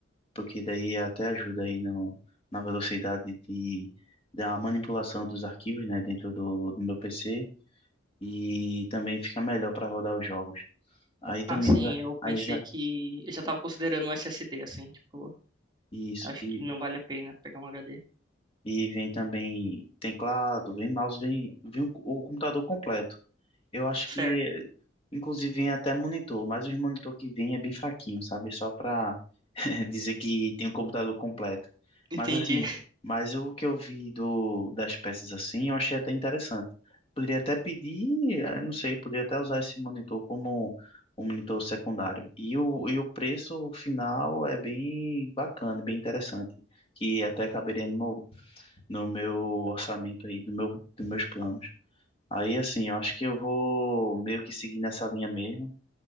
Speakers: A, on the left (about 30°); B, on the right (about 25°).
A: porque daí até ajuda aí no, na velocidade de, da manipulação dos arquivos, né, dentro do, do meu PC e também fica melhor para rodar os jogos. Aí também
B: Assim,
A: vai,
B: eu
A: aí
B: pensei
A: já
B: que. Eu já tava considerando um SSD, assim, tipo,
A: isso
B: acho
A: e,
B: que não vale a pena pegar um HD.
A: e vem também teclado, vem mouse, vem, vem o, o computador completo. Eu acho
B: Certo,
A: que, eh, inclusive, vem até monitor, mas os monitor que vem é bem fraquinho, sabe? Só para <laughs> dizer que tem um computador completo.
B: entendi.
A: Mas assim,
B: <laughs>
A: mas o que eu vi do, das peças assim, eu achei até interessante. Poderia até pedir, eh, eu não sei, poderia até usar esse monitor como um monitor secundário. E o, e o preço final é bem bacana, bem interessante, que até caberia no meu, no meu orçamento aí, do meu, dos meus planos. Aí, assim, eu acho que eu vou meio que seguir nessa linha mesmo.